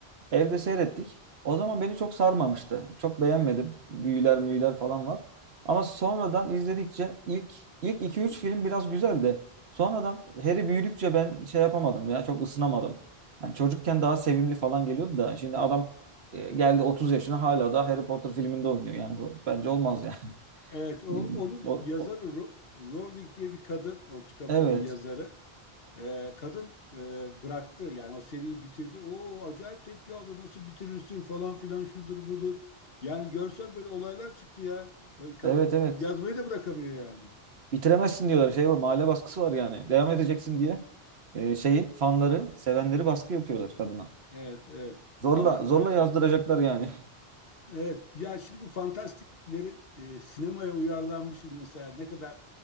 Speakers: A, on the right (about 80°); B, on the left (about 70°).
A: Evde seyrettik. O zaman beni çok sarmamıştı. Çok beğenmedim. Büyüler müyüler falan var. Ama sonradan izledikçe ilk ilk iki üç film biraz güzeldi. Sonradan Harry büyüdükçe ben şey yapamadım ya çok ısınamadım. Yani çocukken daha sevimli falan geliyordu da şimdi adam e, geldi 30 yaşına hala da Harry Potter filminde oynuyor. Yani bu bence olmaz yani.
B: Evet, o
A: <laughs>
B: onun
A: O,
B: yazarı
A: o-
B: Ro- Rowling diye bir kadın, o kitapların
A: evet.
B: yazarı. Ee, kadın e, bıraktı, yani o seriyi bitirdi. O acayip tepki aldı, nasıl bitirirsin falan filan şudur budur. Yani görsen böyle olaylar çıktı ya. Ee, Kadın
A: Evet
B: ki-
A: evet.
B: yazmayı da bırakamıyor yani.
A: Bitiremezsin diyorlar. Şey var, mahalle baskısı var yani. Devam edeceksin diye e, şeyi fanları, sevenleri baskı yapıyorlar kadına.
B: Evet, evet.
A: Zorla
B: Ama
A: zorla
B: e,
A: yazdıracaklar yani.
B: evet, ya şimdi bu fantastiklerin e, sinemaya uyarlanmış mesela ne kadar